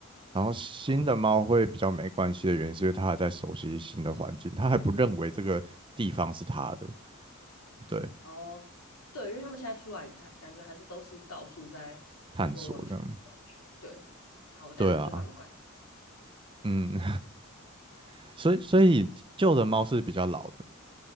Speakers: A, on the right (about 20°); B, on the left (about 75°).
A: 然后新的猫会比较没关系的原因，
B: <laughs> 哦
A: 是因为它还在熟悉新的环境，它还不认为这个地方是它的，对，
B: 哦，对，因为他们现在出来，他感觉还是都是到处在闻闻看的感觉对，
A: 探索这样，
B: 好，我等下就把门关。
A: 对啊，嗯，<laughs> 所以所以旧的猫是比较老的，